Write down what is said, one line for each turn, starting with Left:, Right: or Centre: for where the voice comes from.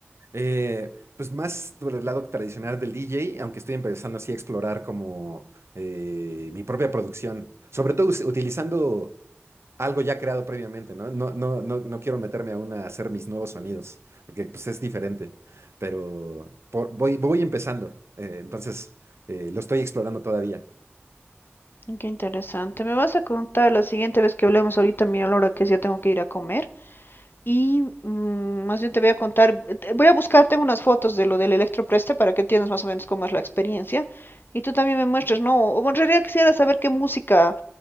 Right: Eh, pues más por el lado tradicional del DJ, aunque estoy empezando así a explorar como eh, mi propia producción, sobre todo us- utilizando algo ya creado previamente, ¿no? No, no, no, no quiero meterme aún a hacer mis nuevos sonidos, porque pues es diferente, pero por- voy, voy empezando, eh, entonces eh, lo estoy explorando todavía.
Left: Qué interesante. Me vas a contar la siguiente vez que hablemos ahorita, mira la hora que es, ya tengo que ir a comer. Y mm, más bien te voy a contar, te- voy a buscar, tengo unas fotos de lo del electropreste para que entiendas más o menos cómo es la experiencia. Y tú también me muestres, ¿no? O en realidad quisiera saber qué música